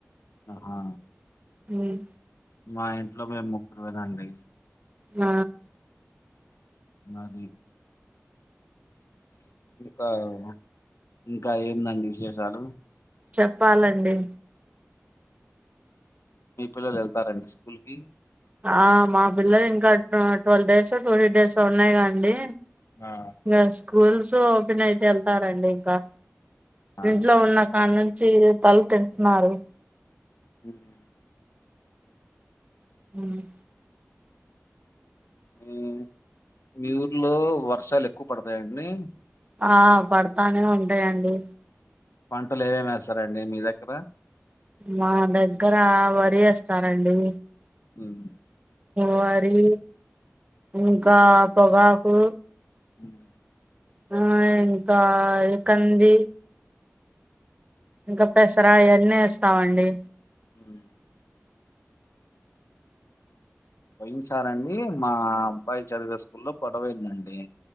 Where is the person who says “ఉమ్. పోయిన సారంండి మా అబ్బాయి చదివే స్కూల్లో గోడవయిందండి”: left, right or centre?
Left